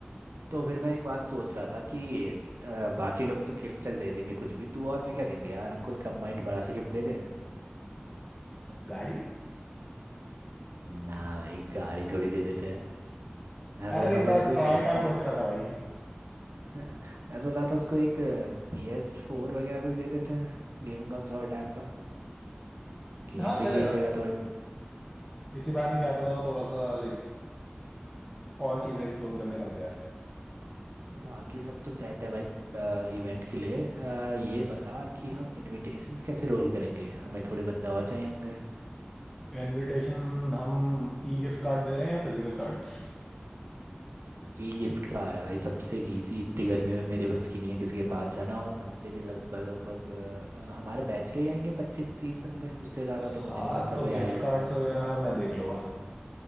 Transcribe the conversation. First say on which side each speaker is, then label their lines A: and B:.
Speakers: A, on the right (about 90°); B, in the centre.
A: तो फिर मैं एक बात सोच रहा था कि अ, बाकी लोग तो गिफ्ट चल दे देंगे कुछ भी तू और मैं क्या देंगे यार हम कोई कंबाइंड बड़ा सा गिफ्ट देते हैं
B: गाड़ी
A: ना भाई गाड़ी थोड़ी दे देते हैं मैं सोच
B: अरे नहीं
A: रहा था
B: मैं
A: उसको एक
B: टॉय
A: गेमिंग
B: कार सोच रहा था भाई
A: <laughs> मैं सोच रहा था उसको एक पी एस फोर वगैरह कुछ दे देते हैं गेमिंग कंसोल टाइप का गेम
B: हाँ
A: भी
B: चलेगा
A: खेल लेगा थोड़े
B: इसी बहाने क्या पता
A: हाँ,
B: वो थोड़ा सा लाइक और चीजें एक्सप्लोर करने लग जाए
A: बाकी सब तो सेट है भाई इवेंट के लिए अ, ये बता कि हम इनविटेशंस कैसे रोल करेंगे हमें थोड़े बंदे और चाहिए होंगे।
B: इनविटेशन हम ई गिफ्ट कार्ड दे रहे हैं या फिजिकल कार्ड्स
A: ई गिफ्ट का आ रहा है भाई सबसे इजी इतनी गर्मी में मेरे बस की नहीं है किसी के पास जाना और बंदे भी लगभग लगभग अ, अ, हमारे बैच के ही आएंगे पच्चीस तीस बंदे उससे ज़्यादा
B: हाँ
A: तो मुझे नहीं लगता
B: तो
A: कोई
B: गिफ्ट
A: आएगा
B: कार्ड्स वगैरह मैं देख लूंगा